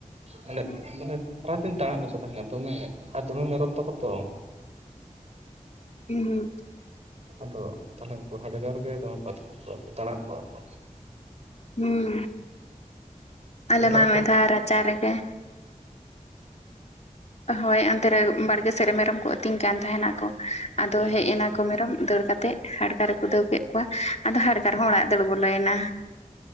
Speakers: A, on the right (about 50°); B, on the left (about 55°).
A: ᱢᱟᱱᱮ ᱢᱟᱱᱮ ᱠᱷᱟᱨᱟᱯ ᱮᱢ <inaudible> <inaudible> ᱫᱚᱢᱮ ᱟᱨ ᱫᱚᱢᱮ ᱢᱮᱨᱚᱢ ᱛᱟᱠᱚ ᱛᱚ
B: ᱦᱩᱸ ᱦᱩᱸᱻ
A: ᱟᱫᱚ ᱛᱟᱦᱚᱞᱮ ᱩᱱᱠᱩ ᱦᱟᱰᱜᱟᱨ ᱜᱮ ᱫᱚᱢᱮ ᱠᱚ ᱟᱹᱛᱠᱨᱤ ᱠᱚᱣᱟ ᱟᱨᱠᱤ ᱛᱟᱬᱟᱜ ᱠᱚᱜ-ᱟ ᱠᱚ᱾
B: ᱦᱩᱸ ᱟᱞᱮᱢᱟ
A: ᱧᱮᱞᱚᱜ ᱟᱠᱚ
B: ᱢᱤᱫ ᱫᱷᱟᱣ ᱨᱟᱪᱟ ᱨᱮᱜᱮ ᱦᱳᱭ ᱚᱱᱛᱮ ᱨᱮ ᱵᱟᱲᱜᱮ ᱥᱮᱫ ᱨᱮ ᱢᱮᱨᱚᱢ ᱠᱚ ᱟᱹᱛᱤᱧ ᱠᱟᱱ ᱛᱟᱦᱮ ᱱᱟᱠᱚ ᱟᱫᱚ
A: ᱦᱩᱸ
B: ᱦᱮᱡ ᱮᱱᱟᱠᱚ ᱢᱮᱨᱚᱢ ᱫᱟᱹᱲ ᱠᱟᱛᱮ ᱦᱟᱰᱜᱟᱨ ᱮ ᱠᱷᱩᱫᱟᱹᱣ ᱠᱮᱫ ᱠᱚᱣᱟ ᱟᱫᱚ ᱦᱟᱰᱠᱟᱨ ᱦᱚᱸ ᱚᱲᱟᱜ ᱨᱮ ᱫᱟᱹᱲ ᱵᱚᱞᱚᱭᱮᱱᱟ